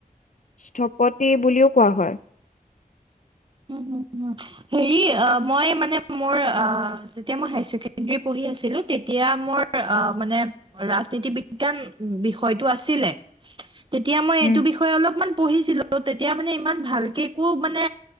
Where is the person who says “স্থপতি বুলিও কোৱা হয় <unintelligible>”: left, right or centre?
Left